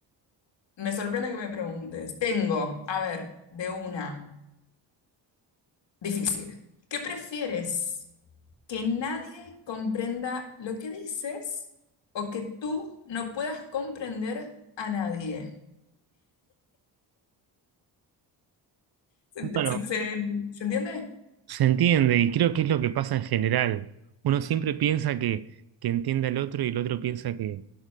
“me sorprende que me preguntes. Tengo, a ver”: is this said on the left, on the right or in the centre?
Left